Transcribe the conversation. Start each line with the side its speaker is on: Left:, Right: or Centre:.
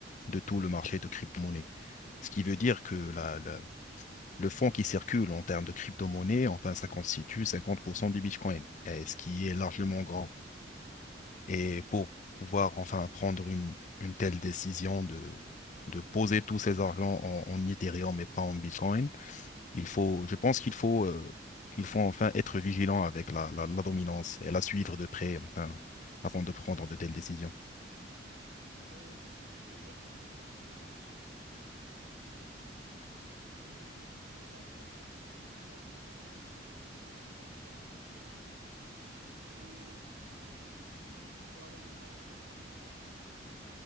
Left: de tout le marché de crypto-monnaie. Ce qui veut dire que la, la- le fonds qui circule en termes de crypto-monnaie, enfin, ça constitue 50% du Bitcoin, et ce qui
Right: Exactement,
Left: est largement grand.
Right: oui.
Left: Et
Right: Mhm.
Left: pour pouvoir enfin prendre une, une telle décision de, de poser tous ces argents en, en Ethereum et pas en Bitcoin, il faut, je pense qu'il faut, euh, qu'il faut enfin être vigilant avec la, la, la dominance et la suivre de près, enfin, avant de prendre de telles décisions.
Right: Euh, je pense que la dominance, c'est parti du, je pense, du, v- des, des trentaines, des 30% à environ maintenant 60 et quelques. Et euh, pour la dominance, c'est un très très grand pas.